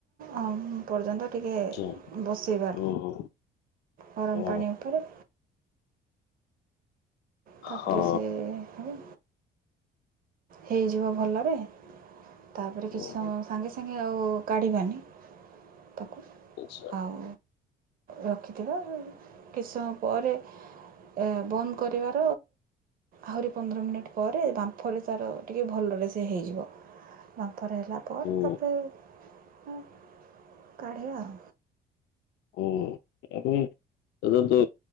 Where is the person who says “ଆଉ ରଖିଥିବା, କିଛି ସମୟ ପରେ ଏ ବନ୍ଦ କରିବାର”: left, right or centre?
Right